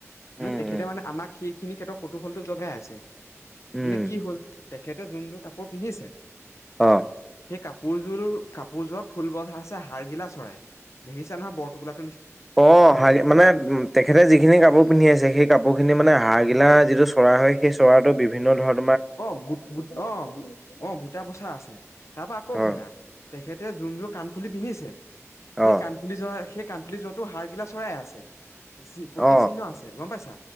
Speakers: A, in the centre; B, on the left.
A: উম
B: মে তেখেতে
A: উম
B: মানে আমাক সেইখিনি ক্ষেত্ৰত কৌতুহলতটো জগাই আছে
A: উম
B: মানে কি হ'ল তেেখেতে যোনযোৰ কাপোৰ পিন্ধিছে
A: অ
B: সেই কাপোৰযোৰ কাপোৰযোৰত ফুল বধা আছে হাৰগিলা চৰাই দেখিছে নহয় বৰটোকোলাত
A: অ মানে তেখেতে যিখিনি কাপোৰ পিন্ধি আছে সেই কাপোৰ খিনি মানে হ গিলা যিটো চৰা হয় সেই চৰাতো বিভিন্ন ধৰণ
B: অু অ অ বুটা পোচা আছে তাৰ পৰাা আকৌ
A: হয়
B: শুনা তেখেতে যোন যোৰ কাম কাণফুলি পিন্ধিছে
A: অ
B: সেই কাণফুলি যোৱা সেই কাণফুলি যোৱাাতো সাৰগিলা চৰাই আছে প্ৰতীক
A: অ
B: চিহ্ন আছে গম পাইছা